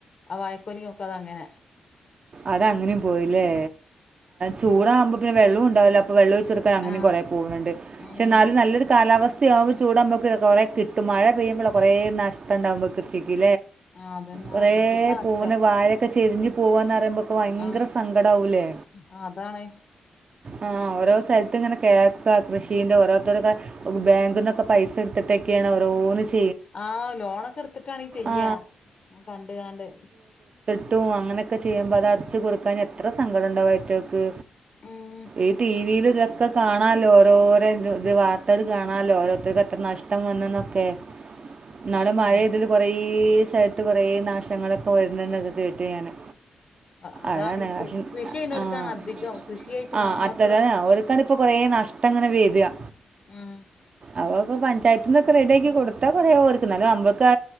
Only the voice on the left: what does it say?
ആ വായക്കൊലീം ഒക്കതങ്ങനെ
അതെ
ആ
അങ്ങനെ
ആ അതന്നെ
ആ, കൃഷിക്കാ നഷ്ടം
ആ
ആ, അതാണ്
ആഹ ലോണൊക്കെ എടുത്തിട്ടാണ് ചെയ്യാ
കണ്ട് ആണ്ട്
ഉം
ആ
അ- അതാ
ഈ കൃ കൃഷി ചെയ്യുന്നോൽക്കാണ്
അധികം കൃഷിയായിട്ട്
മാത്രം
ആഹ